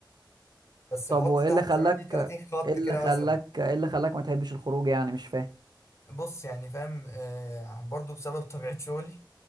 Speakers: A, on the left (about 35°); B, on the right (about 60°).
A: بس
B: طب
A: حط
B: وايه اللي
A: تحت
B: خلاك
A: زمان دي 30 خط
B: ايه اللي
A: كده
B: خلاك
A: مثلا
B: ايه اللي خلاك ما تحبش الخروج يعني مش فاهم
A: بص يعني فاهم آه برضو بسبب طبيعة شغلي